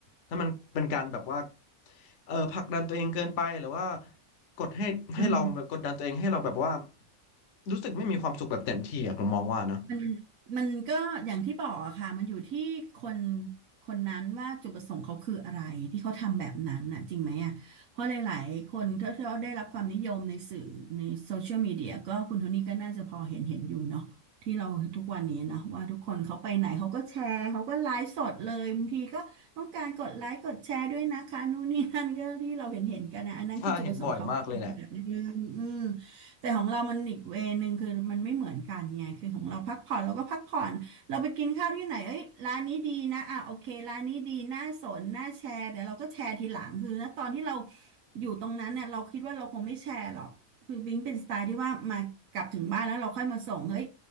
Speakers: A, on the left; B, on the right.
A: ถ้ามันเป็นการแบบว่าเออผลักดันตัวเองเกินไปหรือว่ากดให้ให้เราแบบกดดันตัวเองให้เราแบบว่า
B: มัน
A: รู้สึกไม่มีความสุขแบบเต็มที่อะผมมองว่านะ
B: มันมันก็อย่างที่บอกอะค่ะมันอยู่ที่คนคนนั้นว่าจุดประสงค์เขาคืออะไรที่เขาทำแบบนั้นน่ะจริงไหมอ่ะเพราะหลายๆคนถ้าที่เขาได้รับความนิยมในสื่อในโซเชียลมีเดียก็คุณโทนี่ก็น่าจะพอเห็นเห็นอยู่เนาะที่เราทุกวันนี้นะว่าทุกคนเขาไปไหนเขาก็แชร์เขาก็ไลฟ์สดเลยบางทีก็ต้องการกดไลค์กดแชร์ด้วยนะคะนู่นนี่นั่นก็ที่เราเห็นเห็นกันนะอันนั้นคือจุดประสงค์เขาคือแบบนึงอืม
A: ถ้าเห็นบ่อยมากเลยแหละ
B: แต่ของเรามันอีกเวนึงคือมันไม่เหมือนกันไงคือของเราพักผ่อนเราก็พักผ่อนเราไปกินข้าวที่ไหนเอ้ยร้านนี้ดีนะอ่ะโอเคร้านนี้ดีน่าสนน่าแชร์เดี๋ยวเราก็แชร์ทีหลังคือณตอนที่เราอยู่ตรงนั้นเนี่ยเราคิดว่าเราคงไม่แชร์หรอกคือบิงเป็นสไตล์ที่ว่ามากลับถึงบ้านแล้วเราค่อยมาส่งเฮ้ย